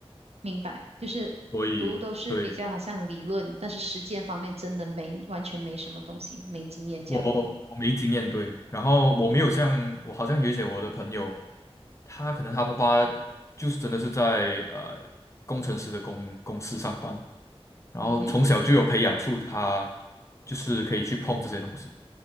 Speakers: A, on the right; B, on the left.
A: 明白，就是读都是比较好像理论，
B: 所以对。
A: 但是实践方面真的没完全没什么东西，没经验这样。
B: 我我没经验，对，然后我没有像我好像有一些我的朋友，他可能他爸爸就是真的是在呃工程师的公公司上班，然后从小就有培养出他
A: 嗯哼，
B: 就是可以去碰这些东西，